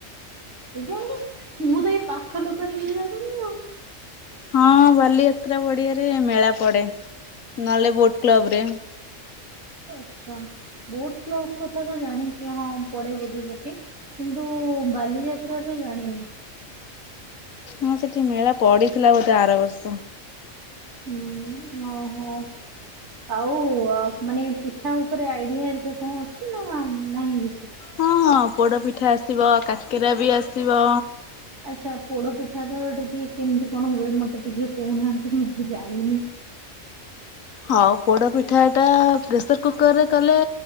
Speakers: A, on the right; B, on the left.
A: କେଜାଣି ମୁଁ ତ ଏଇ ପାଖ ଲୋକ ହେଇକି ଜାଣିନି ଆଉ।
B: ହଁ ବାଲିଯାତ୍ରା ପଡିଆରେ ମେଳା ପଡେ, ନହେଲେ ବୋଟ୍ କ୍ଲବ ରେ।
A: ଓ ଆଚ୍ଛା, ବୋଟ୍ କ୍ଲବ୍ କଥା ତ ଜାଣିଛି ହଁ ପଡେ ବୋଧେ ସେଠି। କିନ୍ତୁ ବାଲିଯାତ୍ରା ରେ ଜାଣିନି।
B: ହଁ ସେଠି ମେଳା ପଡିଥିଲା ବୋଧେ ଆର ବର୍ଷ।
A: ହୁଁ ଓହୋ। ଆଉ ଆ, ମାନେ ପିଠା ଉପରେ ଆଇଡିଆ ହେରିକା କଣ ଅଛି ନା ନାହିଁ କିଛି?
B: ହଁ, ହଁ ପୋଡ ପିଠା ଆସିବ କାକେରା ବି ଆସିବ।
A: ଆଚ୍ଛା, ପୋଡ଼ପିଠାର ଟିକେ କେମିତି କଣ ହୁଏ ମୋତେ ଟିକିଏ କହୁନାହାନ୍ତି ମୁଁ ତ ଜାଣିନି?
B: ହଉ ପୋଡା ପିଠା ଟା ପ୍ରେସର୍ କୁକର୍ ରେ କଲେ